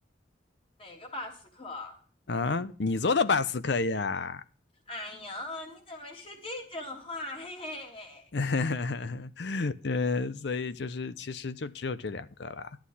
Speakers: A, on the left (about 30°); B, on the left (about 60°).
A: 哪个巴斯克啊？
B: 啊，你做的巴斯克呀？
A: 哎呀，你怎么说这种话？嘿嘿嘿，
B: <laughs> 呃，所以就是其实就只有这两个啦，